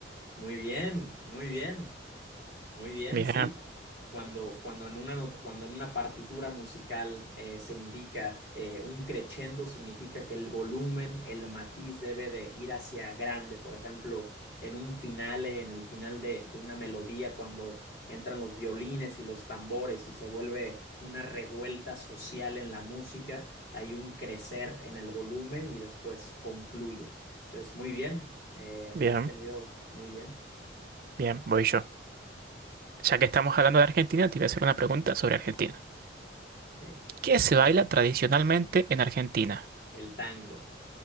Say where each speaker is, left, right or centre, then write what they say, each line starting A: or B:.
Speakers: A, on the left; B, on the right.
A: Muy bien, muy bien. Muy bien,
B: Bien,
A: sí. Cuando, cuando en una, not- cuando en una partitura musical eh, se indica eh, un crescendo, significa que el volumen, el matiz debe de ir hacia grande. Por ejemplo, en un finale, en el final de, de una melodía, cuando entran los violines y los tambores y se vuelve una revuelta social en la música, hay un crecer en el volumen y después concluye. Entonces, muy bien, eh,
B: bien,
A: la has tenido muy bien.
B: bien, voy yo. Ya que estamos hablando de Argentina, te voy a hacer una pregunta sobre Argentina.
A: Ok.
B: ¿Qué se baila tradicionalmente en Argentina?
A: El tango.